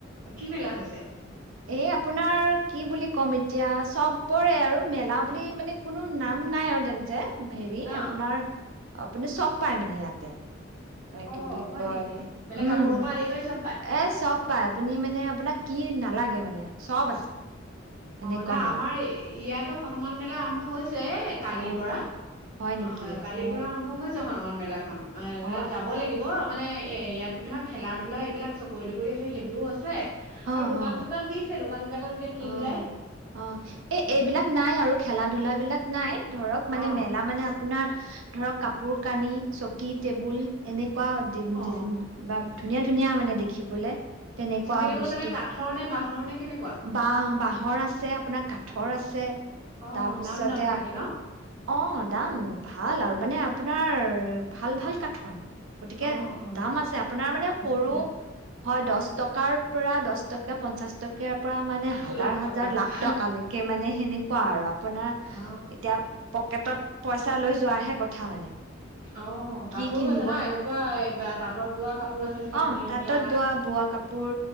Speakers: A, on the right; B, on the right.
A: কি মেলা হৈছে,
B: এ আপোনাৰ কি বুলি ক'ম এতিয়া চব পৰে আৰু মেলা বুলি মানে কোনো নাম নাই আৰু তেনেকে, হেৰি
A: অ',
B: আপোনাৰ, আপুনি চব পাই মানে ইয়াতে,
A: অ',
B: কি বুলি
A: হয়
B: কয়
A: নেকি? মানে
B: উম
A: কাপোৰৰ পৰা আদি কৰি চব পায়?
B: এ চব পাই আপুনি মানে আপোনাক, কি নালাগে মানে চব আছে। সেনেকুৱা
A: অ' নহ
B: মেলা।
A: আমাৰ ইয়াতো, হনুমান মেলা আৰম্ভ হৈছে। কালিৰ
B: অ
A: পৰা অ
B: হয় নেকি
A: কালিৰ
B: অ
A: পৰা আৰম্ভ হৈছে হনুমান মেলা খন তাত
B: অ
A: যাব লাগিব। মানে এ ইয়াত ধৰা খেলা ধলা এইবিলাক চকৰি তকৰি আছে সেইবিলোও আছে
B: অ
A: আৰু দোকান
B: অ
A: চোকান দিছে দোকান বিলাকত এতিয়া কি
B: অ
A: ওলাই।
B: অ এই
A: অ',
B: এইবিলাক নাই আৰু খেলা ধূলা লৰা বিলাক নাই ধৰক
A: অ'।
B: মানে মেলা মানে আপোনাৰ ধৰক কাপোৰ কানি চকী টেবুল এনেকুৱা দিম দিচ
A: অ
B: বাবত ধুনীয়া ধুনীয়া মানে দেখিবলৈ তেনেকুৱা
A: চকী টেবুল
B: বস্তু
A: মানে কাঠৰ নে বাঁহৰ নে কেনেকুৱা
B: বা বাহৰ আছে আপোনাৰ কাঠৰ আছে
A: অ
B: তাৰপিছতে
A: দাম দাম চাগে ন
B: অহ' দাম ভাল আৰু মানে আপোনাৰ ভাল ভাল কাঠৰ গতিকে
A: অ অ
B: দাম আছে আপোনাৰ মানে
A: বুজাইছে
B: সৰু হয় দহ টকাৰ পৰা দহ টকা পঞ্চাশ টকীয়া পৰা মানে হাজাৰ
A: লাখ
B: হাজাৰ
A: টকালৈকে
B: লাখ টকালৈকে মানে সেনেকুৱা আৰু আপোনাৰ
A: অ
B: এতিয়া পকেটত পইচা লৈ যোৱাৰ হে কথা মানে
A: অ'
B: কি
A: কাপোৰো
B: কিনিব
A: আছে ন এনেকুৱা এই তাঁতত বোৱা কাপোৰ আছে। চাগে
B: অহ'
A: ধুনীয়া
B: তাতত
A: ধুনীয়া
B: বোৱা, বোৱা কাপোৰ